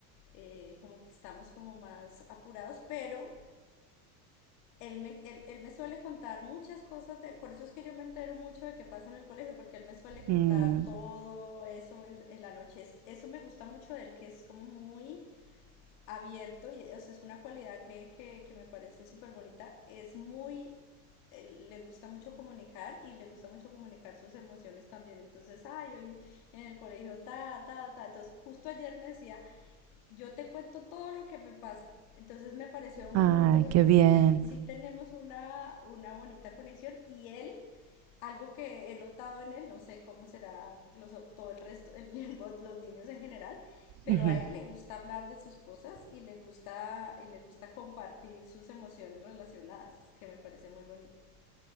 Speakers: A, on the left (about 65°); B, on the right (about 35°).
A: eh, como que estamos como más apurados, pero él me, él, él me suele contar muchas cosas, de, por eso es que yo me entero mucho de qué pasa en el colegio, porque él me suele contar
B: Mm,
A: todo eso en, en la noche, Es- eso me gusta mucho de él, que es como muy abierto, y o sea, es una cualidad que, que, que me parece súper bonita, es muy eh, le gusta mucho comunicar y le gusta mucho comunicar sus emociones también. Entonces, ay, hoy en el colegio, ta, ta, ta. Entonces, justo ayer me decía, yo te cuento todo lo que me pasa. Entonces, me pareció muy
B: Ay,
A: bonito porque
B: qué bien.
A: sí, ten, sí tenemos una, una bonita conexión y él algo que he notado en él, no sé cómo será los, todo el resto, el, <laughs> pues, los niños en general, pero
B: Ujú.
A: a él le gusta hablar de sus cosas y le gusta, y le gusta compartir sus emociones relacionadas, que me parece muy bonito.